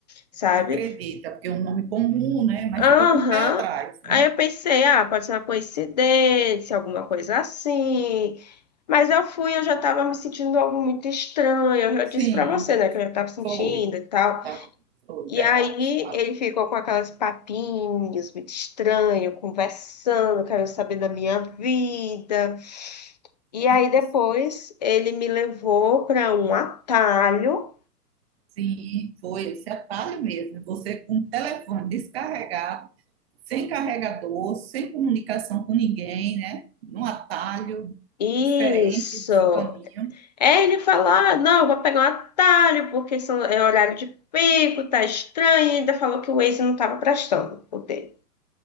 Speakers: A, on the left (about 30°); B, on the right (about 40°).
A: sabe?
B: Você acredita, porque é um nome comum, né? Mas
A: Aham.
B: fica com o pé atrás, né?
A: Aí eu pensei, ah, pode ser uma coincidência, alguma coisa assim. Mas eu fui, eu já estava me sentindo algo muito estranho. Eu já
B: Sim,
A: disse para você, né, que eu já estava sentindo
B: foi.
A: e tal.
B: Tá, foi,
A: E
B: verdade,
A: aí
B: você falou.
A: ele ficou com aquelas papinhas muito estranho, conversando, querendo saber da minha vida. E
B: Bem
A: aí depois
B: assim.
A: ele me levou para um atalho.
B: Sim, foi esse atalho mesmo. Você com o telefone descarregado. sem carregador, sem comunicação com ninguém, né? Num atalho
A: Isso.
B: diferente do seu caminho.
A: É, ele fala, ah, não, eu vou pegar um atalho, porque são, é horário de pico, tá estranho, e ainda falou que o Waze não tava prestando o dele.